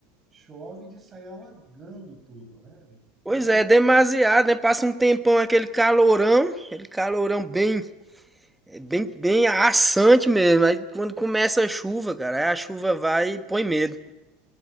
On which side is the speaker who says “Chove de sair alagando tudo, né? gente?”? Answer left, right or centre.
Right